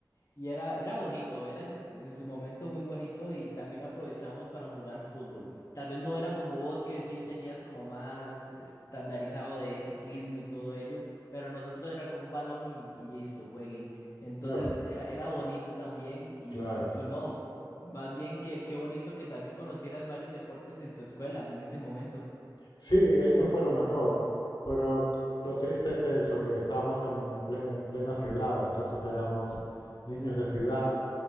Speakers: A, on the left (about 45°); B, on the left (about 80°).
A: Y era, era bonito, era en su, en su momento muy bonito y también aprovechábamos para jugar fútbol. Tal vez no era como vos que sí tenías como más estandarizado de ciclismo y todo ello, pero nosotros era con un balón y, y listo, jueguen. Entonces
B: Ya, pues,
A: era, era bonito también y,
B: claro,
A: y no, más bien que qué bonito que también conocieras varios deportes en tu escuela en ese momento.
B: sí, eso fue lo mejor, pero lo triste es eso, que estábamos en, en ple- en plena ciudad, entonces éramos niños de ciudad